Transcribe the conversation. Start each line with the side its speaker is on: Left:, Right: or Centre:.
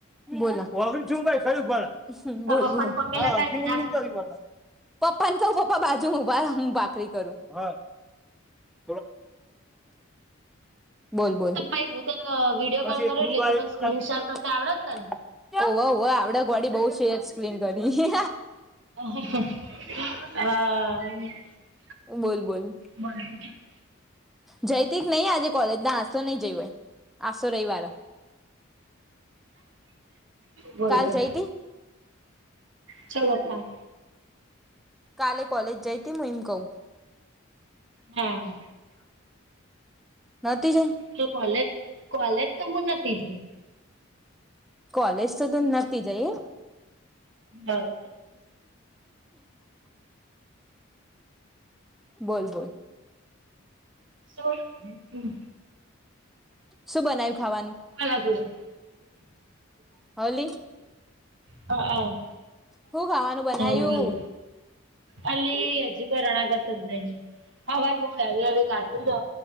Centre: બોલાગ છું ભાઈ <inaudible> સ્વરૂપ
Right: તો
Centre: બોલ
Right: પપ્પાને
Centre: બોલ
Right: પગે લગાડી
Centre: અર્થ
Right: દીધા છે.
Centre: પપ્પા ને ક‌ઉ પપ્પા બાજુ ઊભા રો હું ભાખરી કરું હ. <inaudible> <inaudible> બોલ બોલ
Right: તો પહી હું તને વિડીયો
Centre: પછી.
Right: કોલ કરું એટલે તું મને સ્ક્રીન
Centre: <inaudible>
Right: શેર કરતા આવડે ને તને?
Centre: હોવ હોવ આવડે ગાડી બઉ શેર એક્સપ્લીન કરી.
Right: અ
Centre: બોલ બોલ.
Right: બરા <inaudible>
Centre: જઈતી નહી આજે કોલેજ ના આજતો નહી જય હોય આજ તો રવિવાર અ.
Right: બોલ
Centre: કાલ
Right: બોલ.
Centre: જઈતી
Right: ચલો તાણ.
Centre: કાલે કોલેજ જઈ તે હું એમ કહું?
Right: હે.
Centre: નતી જઈ
Right: તો કોલેજ કોલેજ તો મુ નતી જઈ.
Centre: કોલેજ તો તું નતી જઈ અહ.
Right: હા.
Centre: બોલ બોલ.
Right: સો હમ્મ.
Centre: શું બનાયું ખાવા
Right: આગા જોડે.
Centre: હલી
Right: હ અહ
Centre: હું ખાવાનું બનાયું
Right: હા બોલ અલી હજી ગરાણા ગચત નહી. હવારે બહુ હેવી હેવી ખાધું તો